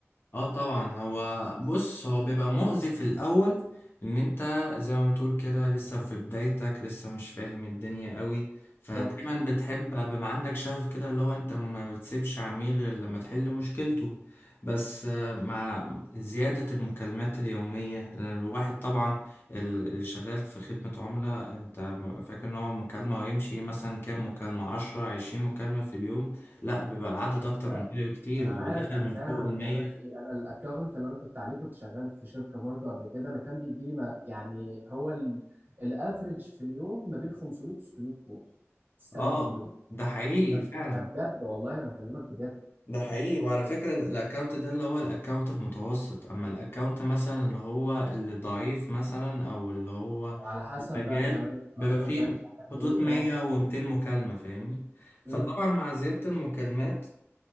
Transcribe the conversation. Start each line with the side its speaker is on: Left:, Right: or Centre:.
Left: اه طبعا هو بص هو بيبقى مؤذي في الاول ان انت زي ما بتقول كده لسه في بدايتك لسه مش فاهم الدنيا قوي فدايما
Right: بالظبط
Left: بتحب بيبقى عندك شغف كده اللي هو انت ما بتسيبش عميل غير لما تحل مشكلته بس آه، مع زيادة المكالمات اليومية لأن الواحد طبعا ال- اللي شغال في خدمة عملاء انت فاكر ان هو مكالمة ويمشي مثلا كام مكالمة عشرة عشرين مكالمة في اليوم لا بيبقى العدد أكتر
Right: لا
Left: من كده بكتير
Right: انا
Left: بيبقى
Right: عارف
Left: داخل
Right: انا
Left: من
Right: فاهم
Left: فوق
Right: انا
Left: المية
Right: بكلمك في ايه انا الاكونت اللي انا كنت عليه كنت شغال في شركه برضه قبل كده انا كان بيجي لي ما يعني هو الافريج في اليوم ما بين 500 و 600 كول تستقبل
Left: اه
Right: كل دول
Left: ده حقيقي
Right: ده
Left: فعلا
Right: ده بجد والله انا بكلمك بجد
Left: ده حقيقي وعلى فكرة ده- الاكونت ده اللي هو الاكونت المتوسط اما الاكونت مثلا اللي هو اللي ضعيف مثلا او اللي هو
Right: وعلى حسب
Left: المجال
Right: بقى كمان انت اصلا
Left: بيبقى فيه
Right: فاهم شغال
Left: حدود
Right: ايه
Left: 100
Right: اه
Left: و200 مكالمة فاهمني فطبعا
Right: امم
Left: مع زيادة المكالمات